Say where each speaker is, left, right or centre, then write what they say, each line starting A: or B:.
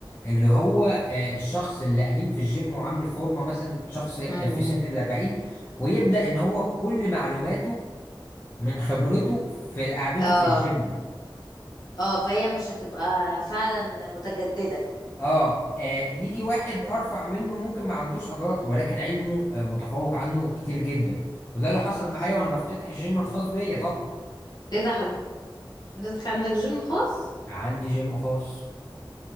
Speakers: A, on the left (about 25°); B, on the left (about 50°).
A: اللي هو آه، الشخص اللي قديم في الجيم وعامل فورمه مثلا شخص آه،
B: امم
A: في سن الاربعين ويبدا ان هو كل معلوماته من خبرته في قعدته
B: اه
A: في الجيم
B: اه فهي مش هتبقى فعلا متجددة
A: اه آه، يجي واحد ارفع منه ممكن ما عندوش عضلات ولكن علمه آه، متفوق عنه كتير جدا وده اللي حصل
B: مفهوم
A: معايا وانا بفتتح الجيم الخاص بيا طبعا
B: ايه ده حضرتك عندك جيم خاص
A: عندي جيم خاص